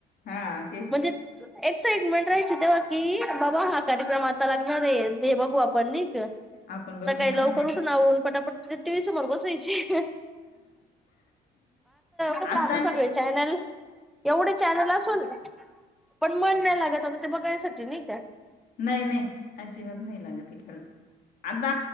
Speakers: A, on the left (about 60°); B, in the centre.
A: हा ते
B: म्हणजे एक्साइटमेंट राहायची तेव्हा की बाबा हा कार्यक्रम आता लागणारे. हे बघू आपण नाही का
A: आपण बघू
B: सकाळी
A: हा
B: लवकर उठून आवरून पटापट टी व्ही समोर बसायचे. कसं
A: आता चे.
B: सगळे चॅनल एवढे चॅनल असून पण मन नाही लागत आता ते बघायसाठी नाही का.
A: नाही नाही अजिबात नाही लागत इकड. आता